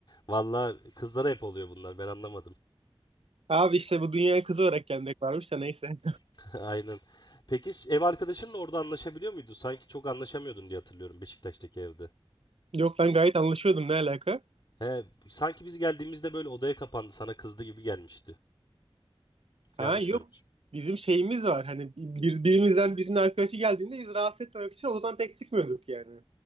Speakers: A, on the left; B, on the right.
A: valla kızlara hep oluyor bunlar ben anlamadım.
B: Abi işte bu dünyaya kızı olarak gelmek varmış da neyse.
A: <laughs> Aynen. Peki ev arkadaşınla orada anlaşabiliyor muydu? Sanki çok anlaşamıyordun diye hatırlıyorum Beşiktaş'taki evde.
B: Yok lan gayet anlaşıyordum ne alaka?
A: He, sanki biz geldiğimizde böyle odaya kapandı sana kızdı gibi gelmişti. Yanlış
B: Ha yok.
A: görmüşüm.
B: Bizim şeyimiz var. Hani bir, birimizden birinin arkadaşı geldiğinde biz rahatsız etmemek için odadan pek çıkmıyorduk yani.